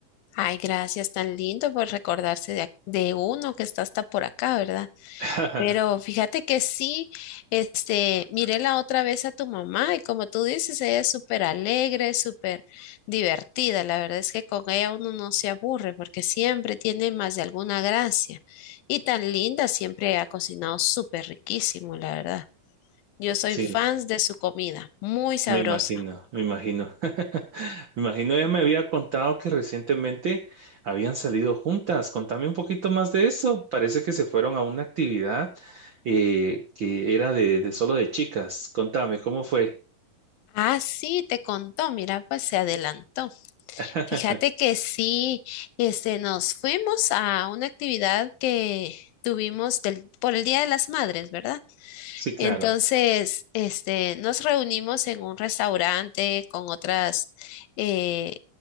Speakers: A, on the left; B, on the right.
A: Ay, gracias, tan lindo por recordarse de, ac- de uno que está hasta por acá, ¿verdad?
B: <laughs>
A: Pero fíjate que sí, este, miré la otra vez a tu mamá y como tú dices, ella es súper alegre, súper divertida. La verdad es que con ella uno no se aburre porque siempre tiene más de alguna gracia. Y tan linda, siempre ha cocinado súper riquísimo, la verdad. Yo soy
B: Sí,
A: fan de su comida, muy sabrosa.
B: me imagino, me imagino. <laughs> Me imagino ella me había contado que recientemente habían salido juntas. Contame un poquito más de eso. Parece que se fueron a una actividad eh, que era de, de solo de chicas. Contame, ¿cómo fue?
A: Ah, sí, te contó, mira, pues se adelantó.
B: <laughs>
A: Fíjate que sí, este, nos fuimos a una actividad que tuvimos del- por el Día de las Madres, ¿verdad?
B: Sí, claro.
A: Entonces, este, nos reunimos en un restaurante con otras eh,